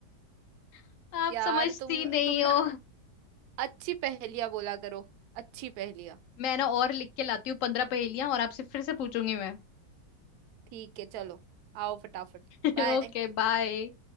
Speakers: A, on the left; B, on the right.
A: <laughs> आप
B: यार
A: समझती
B: तुम
A: नहीं
B: तुम
A: हो
B: ना अच्छी पहेलियां बोला करो अच्छी पहेलियां
A: मैं ना और लिख के लाती हूँ पंद्रह पहेलियां और आपसे फिर से पूछूंगी मैं
B: ठीक है चलो आओ फटाफट
A: <laughs>
B: बाय
A: Okay bye